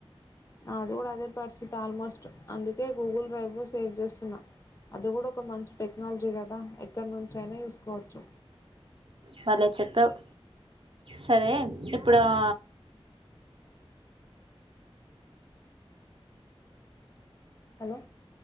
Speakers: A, on the left (about 30°); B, on the right (about 55°).
A: నాది కూడా అదే పరిస్థితి ఆల్మో స్ట్ అందుకే గూగుల్ డ్రైవ్ లో సేవ్ జేస్ స్తున్న అది కూడా ఒక మంచి టెక్నాలజీ కదా ఎక్కడినుంచి అయినా చూసుకోవచ్చు.
B: బలే చెప్పావ్ సరే ఇప్పుడు ఆ
A: హలో